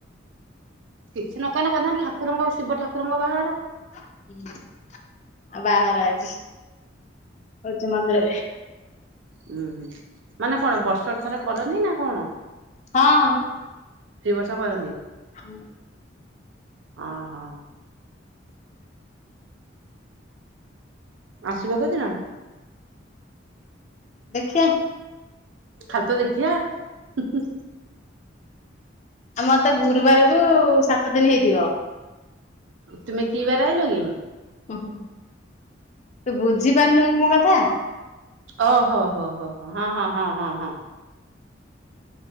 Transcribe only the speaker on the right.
କିଛି ନକଇନେ କହିଥାନ୍ତ ଠାକୁରଙ୍କ ଶିବ ଠାକୁରଙ୍କ ବାହାଘର।
ଉୁଁ, ହୁଁ, ମାନେ କଣ ବର୍ଷରେ ଥରେ କରନ୍ତି ନା କଣ?
ତି ବର୍ଷ କରନ୍ତି।
ଅ, ହଁ। ଆସିବ କୋଉଦିନ?
ଖାଲି ତ ଦେଖିିଆ, ହୁଁ, ହୁଁ।
ତୁମେ କି ବାରେ ଆଇଲ କି?
ଅ ହ, ହୋ, ହୋ, ହୋ, ହଁ ହଁ ହଁ ହଁ ହଁ।